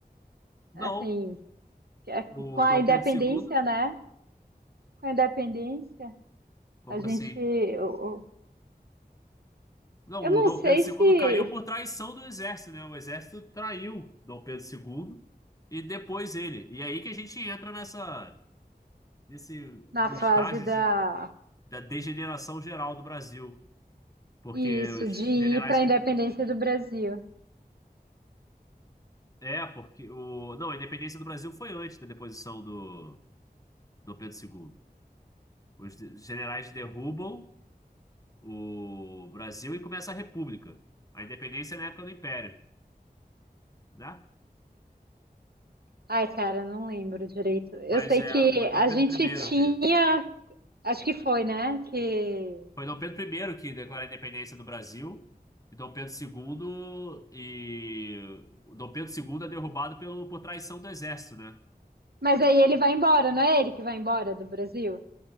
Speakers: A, on the left; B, on the right.
A: não,
B: Assim, que é- com
A: o
B: a
A: Dom
B: independência,
A: Pedro II,
B: né? Com a independência,
A: como
B: a gente.
A: assim?
B: Eu,
A: Não,
B: eu não
A: o Dom
B: sei
A: Pedro II
B: se
A: caiu por traição do exército, né? O exército traiu Dom Pedro II e depois ele. E é aí que a gente entra nessa, nesse,
B: na
A: no
B: fase
A: estágio
B: da.
A: de da degeneração geral do Brasil, porque
B: Isso,
A: os
B: de ir
A: generais
B: para
A: com-
B: a independência do Brasil.
A: é, porque o não, a independência do Brasil foi antes da deposição do do Pedro II. Os de- generais derrubam o Brasil e começa a República. A independência é na época do Império, né?
B: Ai, cara, não lembro direito. Eu
A: Mas
B: sei
A: é,
B: que
A: foi Dom
B: a
A: Pedro
B: gente
A: I
B: tinha,
A: que
B: acho que foi, né? Que...
A: foi Dom Pedro I que declara a independência do Brasil. E Dom Pedro II e o Dom Pedro II é derrubado pelo, por traição do exército, né?
B: Mas aí ele vai embora, não é ele que vai embora do Brasil